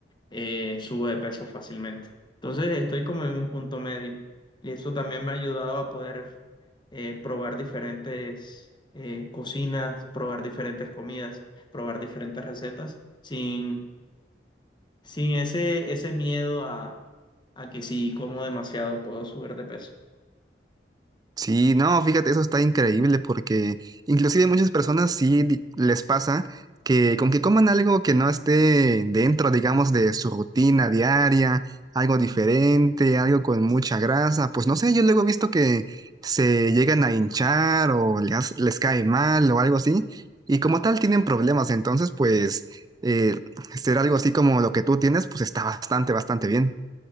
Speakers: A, on the left; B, on the right.
A: eh, subo de peso fácilmente. Entonces estoy como en un punto medio. Y eso también me ha ayudado a poder eh, probar diferentes eh, cocinas, probar diferentes comidas, probar diferentes recetas, sin sin ese, ese miedo a, a que si como demasiado puedo subir de peso.
B: Sí, no, fíjate, eso está increíble porque inclusive muchas personas sí di- les pasa que con que coman algo que no esté dentro, digamos, de su rutina diaria, algo diferente, algo con mucha grasa, pues no sé, yo luego he visto que se llegan a hinchar o les, les cae mal o algo así y como tal tienen problemas, entonces pues eh, ser algo así como lo que tú tienes, pues está bastante, bastante bien.